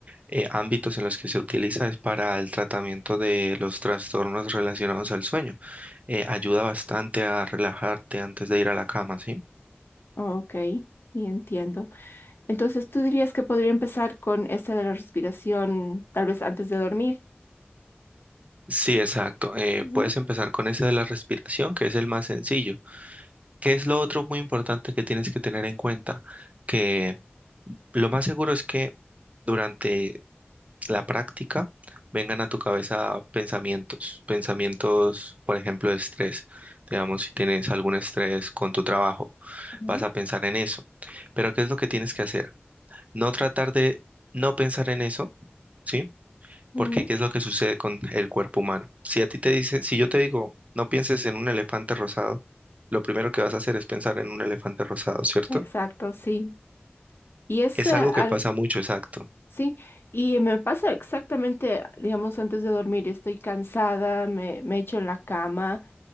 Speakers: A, on the right; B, on the left.
A: eh, ámbitos en los que se utiliza es para el tratamiento de los trastornos relacionados al sueño. Eh, ayuda bastante a relajarte antes de ir a la cama, ¿sí?
B: Ok, sí, entiendo. Entonces, tú dirías que podría empezar con esta de la respiración, tal vez antes de dormir.
A: Sí, exacto. Eh,
B: Ujú,
A: puedes empezar con ese de la respiración, que es el más sencillo. ¿Qué es lo otro muy importante que tienes que tener en cuenta? Que lo más seguro es que durante la práctica, vengan a tu cabeza pensamientos, pensamientos, por ejemplo, de estrés. Digamos, si tienes algún estrés con tu trabajo,
B: ujú,
A: vas a pensar en eso. Pero ¿qué es lo que tienes que hacer? No tratar de no pensar en eso, ¿sí?
B: ujú.
A: Porque ¿qué es lo que sucede con el cuerpo humano? Si a ti te dice, si yo te digo, no pienses en un elefante rosado, lo primero que vas a hacer es pensar en un elefante rosado, ¿cierto?
B: Exacto, sí. Y es
A: Es
B: eh,
A: algo
B: algo.
A: que pasa mucho, exacto.
B: Sí, y me pasa exactamente, digamos, antes de dormir, estoy cansada, me, me echo en la cama